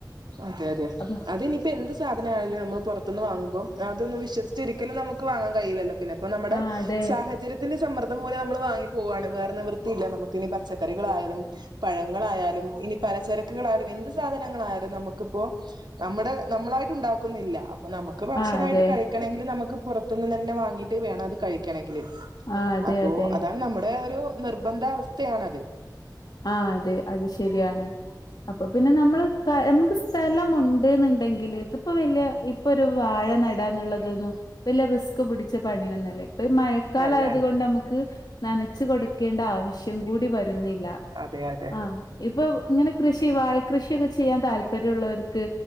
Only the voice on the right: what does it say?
അതെ യതെ
അത് നിപ്പോ എന്ത് സാധനായാലും നമ്മൾ പൊറത്ത്ന്ന് വാങ്ങുമ്പം അതൊന്നും വിശ്വസിച്ചൊരിക്കലും നമ്മ ക്ക് വാങ്ങാൻ കയ്യൂല്ലല്ലൊ പിന്നെ പ്പൊ നമ്മടെ
സാഹചര്യത്തിന്റെ സമ്മർദ്ധം മൂലം നമ്മള് വാങ്ങി പോവാണ് വേറെ നിവൃത്തിയില്ല നമ്മക്ക് ഇനി പച്ചക്കറികളായലും പഴങ്ങളായാലും ഇനി പലചരക്ക്‌കളായാലും എന്ത് സാധനങ്ങളായാ ത് നമക്ക്പ്പോ നമ്മടെനമ്മളായിട്ടുണ്ടാകുന്നില്ല അപ്പ നമ്മക്ക് ഭക്ഷണായിട്ട്
കഴി കണെങ്കില് നമ്മക്ക് പൊറത്ത്ന്ന് തന്നെ വാങ്ങീട്ട് വേണം അത് കഴിക്കണങ്കില്
അപ്പോ
അതാണ് നമ്മടെ ഒരു നിർബന്ധാവസ്ഥയാണത്.
അല്ല അല്ല
തെ അതെ